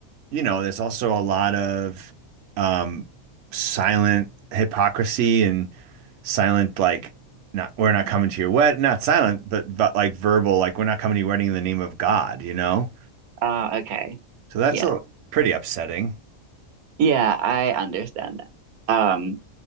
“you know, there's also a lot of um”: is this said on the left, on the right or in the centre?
Right